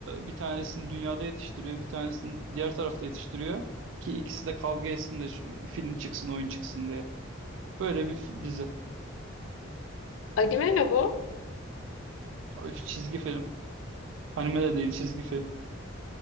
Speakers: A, on the right; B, on the left.
A: bir tanesini dünyada yetiştiriyor, bir tanesini diğer tarafta yetiştiriyor. Ki ikisi de kavga etsin de şu- film çıksın, oyun çıksın diye. Böyle bir fi- dizi.
B: Anime mi bu?
A: E, Çizgi film. Anime de değil, çizgi film.